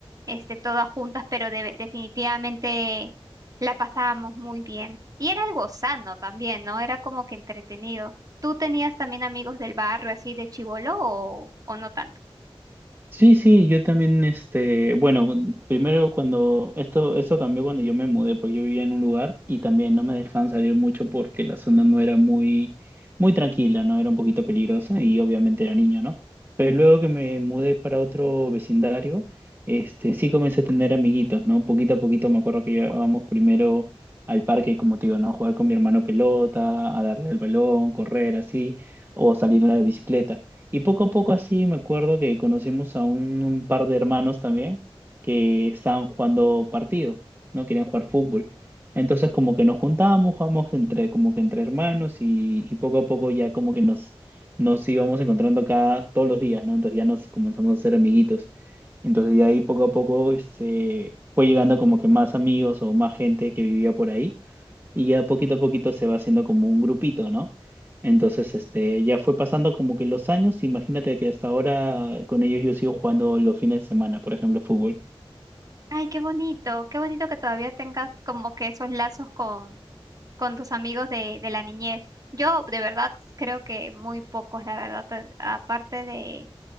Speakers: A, on the right (about 40°); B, on the right (about 20°).
A: este, todas juntas, pero de- definitivamente la pasábamos muy bien. Y era algo sano también, ¿no? Era como que entretenido. ¿Tú tenías también amigos del barrio así de chibolo o, o no tanto?
B: Sí, sí, yo también, este, bueno, primero cuando esto, esto cambió cuando yo me mudé, porque yo vivía en un lugar y también no me dejaban salir mucho porque la zona no era muy, muy tranquila, ¿no? Era un poquito peligrosa y obviamente era niño, ¿no? Pero luego que me mudé para otro vecindario, este, sí comencé a tener amiguitos, ¿no? Poquito a poquito me acuerdo que íbamos primero al parque, como te digo, ¿no? A jugar con mi hermano pelota, a darle al balón, correr así, o salir a la bicicleta. Y poco a poco así me acuerdo que conocimos a un, un par de hermanos también que estaban jugando partido, no querían jugar fútbol. Entonces como que nos juntábamos, jugábamos entre, como que entre hermanos y, y poco a poco ya como que nos, nos íbamos encontrando cada, todos los días, ¿no? Entonces ya nos comenzamos a hacer amiguitos. Entonces de ahí poco a poco este, fue llegando como que más amigos o más gente que vivía por ahí y ya poquito a poquito se va haciendo como un grupito, ¿no? Entonces, este, ya fue pasando como que los años, imagínate que hasta ahora con ellos yo sigo jugando los fines de semana, por ejemplo, fútbol.
A: Ay, qué bonito, qué bonito que todavía tengas como que esos lazos con, con tus amigos de, de la niñez. Yo de verdad creo que muy pocos, la verdad, a- aparte de,